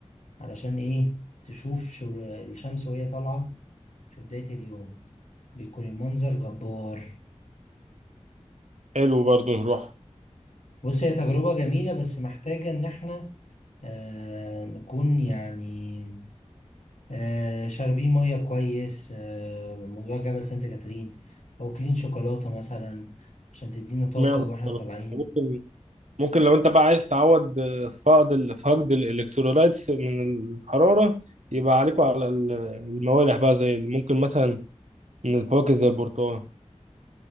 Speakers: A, on the left; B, on the right.
A: علشان إيه تشوف شر... الشمس وهي طالعة في بداية اليوم بيكون المنظر جبار
B: حلو برضو نروح
A: بص هي تجربة جميلة بس محتاجة إن إحنا آه نكون يعني آه شاربين مية كويس آه موضوع جبل سانت كاترين أو أكلين شوكولاتة مثلا عشان تدينا طاقة
B: اشمعنى
A: وإحنا
B: السلطة؟
A: طالعين
B: ممكن ممكن لو انت بقى عايز تعوض فقد ال- فقد الالكترولايتس من الحراره يبقى عليكوا على ال- الموالح بقى زي ممكن مثلا من الفواكه زي البرتقال